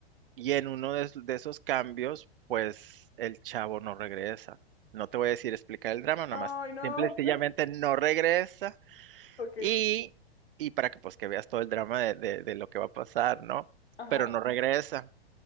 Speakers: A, on the right; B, on the left.
A: Y en uno de, es- de esos cambios, pues el chavo no regresa. No te voy a decir explicar el drama, nada
B: Ay,
A: más.
B: no.
A: Simple y sencillamente
B: <laughs>
A: no regresa.
B: Ok,
A: Y, y para que pues que veas todo el drama de, de- de lo que va a pasar, ¿no?
B: ajá.
A: Pero no regresa.